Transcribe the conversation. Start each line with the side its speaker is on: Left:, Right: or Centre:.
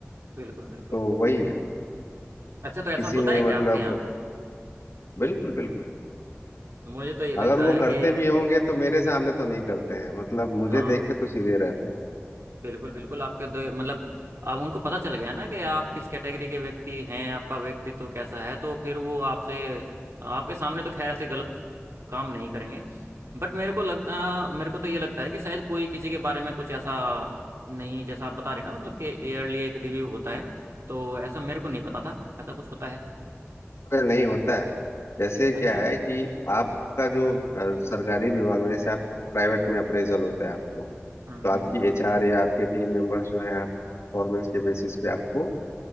Right: बिल्कुल बिल्कुल
Left: तो वही है
Right: अच्छा तो ऐसा
Left: किसी
Right: होता
Left: में
Right: है क्या
Left: मतलब
Right: आपके यहाँ
Left: बिल्कुल बिल्कुल
Right: मुझे तो ये लगता
Left: अगर वो
Right: है
Left: करते
Right: कि
Left: भी होंगे तो मेरे सामने तो नहीं करते हैं मतलब मुझे
Right: हाँ
Left: देख के तो सीधे रहते हैं
Right: बिल्कुल बिल्कुल आपके दो मतलब अब उनको पता चल गया ना कि आप किस कैटेगरी के व्यक्ति हैं आपका व्यक्तित्व कैसा है तो फिर वो आपसे आपके सामने तो खैर ऐसे गलत काम नहीं करेंगे बट मेरे को लगता मेरे को तो ये लगता है कि शायद कोई किसी के बारे में कुछ ऐसा नहीं जैसा आप बता रहे हैं ना मतलब कि ईयरली एक रिव्यू होता है तो ऐसा मेरे को नहीं पता था ऐसा कुछ होता है
Left: अरे नहीं होता है जैसे
Right: अच्छा
Left: क्या है कि आपका जो अ, सरकारी विभाग में जैसे आप प्राइवेट में अप्रेजल होता है आपको
Right: हम्म
Left: तो आपकी
Right: हम्म
Left: एचआर या आपके टीम मेंबर्स जो हैं आप परफॉर्मेंस के बेसिस पे आपको